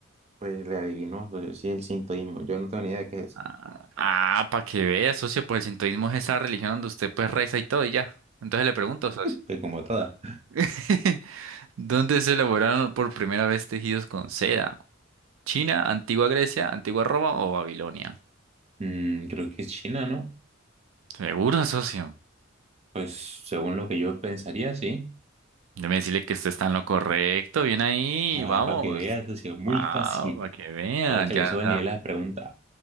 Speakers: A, on the right; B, on the right.
A: Pues le adivinó, yo sí el sintoísmo, yo no tengo ni idea de qué es eso.
B: Ah, ah, para que vea, socio, pues el sintoísmo es esa religión donde usted pues reza y todo y ya. Entonces le pregunto, socio,
A: Pues como toda.
B: <laughs> ¿dónde se elaboraron por primera vez tejidos con seda? ¿China, antigua Grecia, antigua Roma o Babilonia?
A: Mm, creo que es China, ¿no?
B: Seguro, socio.
A: Pues según lo que yo pensaría, sí.
B: Déjeme decirle que usted está en lo correcto. Bien ahí,
A: Ah,
B: vamos.
A: para que veas, ha sido muy
B: Wow,
A: fácil.
B: para que vean,
A: Ahora que
B: ya
A: le sube
B: anda,
A: el nivel a la pregunta.